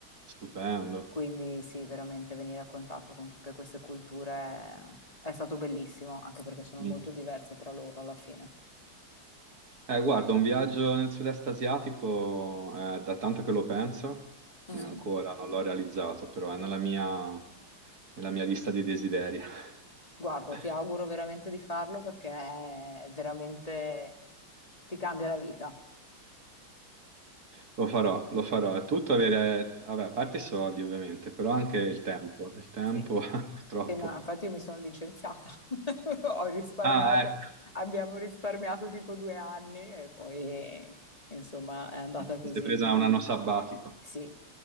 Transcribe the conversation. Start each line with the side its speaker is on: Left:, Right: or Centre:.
Right: Stupendo.
Left: Quindi sì, veramente venire a contatto con tutte queste culture è stato bellissimo, anche perché sono
Right: Mm.
Left: molto diverse tra loro alla fine.
Right: Eh, guarda, un viaggio nel sud-est asiatico, eh, da tanto che lo penso,
Left: Mhm.
Right: e ancora non l'ho realizzato, però è nella mia, nella mia lista di desideri.
Left: Guarda,
Right: <laughs>
Left: ti auguro veramente di farlo perché è veramente ti cambia la vita.
Right: Lo farò, lo farò. È tutto avere, vabbè, a parte i soldi ovviamente, però anche il tempo. Il tempo,
Left: Sì.
Right: <laughs> purtroppo.
Left: Appena- Infatti, io mi sono licenziata, <laughs> ho risparmiato,
Right: Ah, ecco.
Left: abbiamo risparmiato tipo due anni e poi insomma è andata così.
Right: Ti sei presa un anno sabbatico.
Left: Sì, eh,